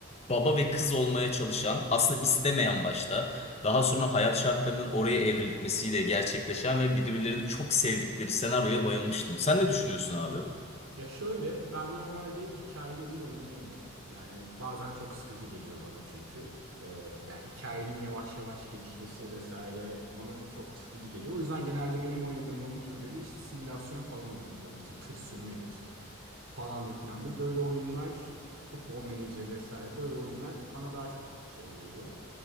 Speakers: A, on the left; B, on the right.
A: baba ve kız olmaya çalışan, aslında istemeyen başta, daha sonra hayat şartlarının oraya evrilmesiyle gerçekleşen ve birbirlerini çok sevdikleri senaryoya bayılmıştım. Sen ne düşünüyorsun abi?
B: Ya şöyle ben normalde hikayeli oyun oynayamıyorum. Yani bazen çok sıkıcı geliyor bana çünkü. Ee, ya hikayenin yavaş yavaş gelişmesi vesaire bana çok sıkıcı geliyor. O yüzden genelde benim oynadığım oyun türleri işte simülasyon falan oluyor. Böyle işte tır sürmedir falandır filandır. Böyle oyunlar futbol menajer vesaire böyle oyunlar bana daha çok şey geliyor.